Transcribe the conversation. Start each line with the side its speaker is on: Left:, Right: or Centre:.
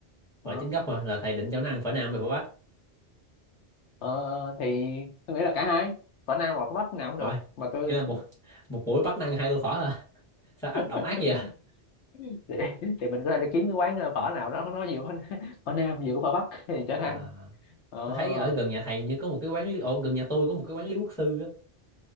Centre: Phở
Left: Đó.
Centre: chính gốc mà, là thầy định cho nó ăn phở Nam hay phở Bắc.
Left: ờ, thì tôi nghĩ là cả hai phở Nam và phở Bắc nào cũng
Centre: Rồi,
Left: được mà tôi
Centre: nghĩa là một một buổi bắt nó ăn hai tô phở à? <laughs> Sao ác độc
Left: <laughs>
Centre: ác vậy? À,
Left: thì, thì mình có thể đi kiếm cái quán ờ, phở nào đó nó vừa có <laughs> phở nam vừa có phở bắc thì cho nó
Centre: À,
Left: ăn ờ
Centre: tôi thấy ở gần nhà thầy như có một cái quán lý, ồ, gần nhà tôi có một cái quán Lý Quốc Sư á.